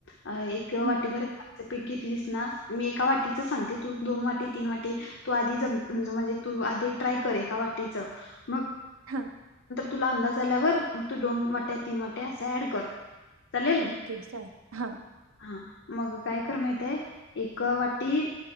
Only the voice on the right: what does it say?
हं
हां
ओके साय हा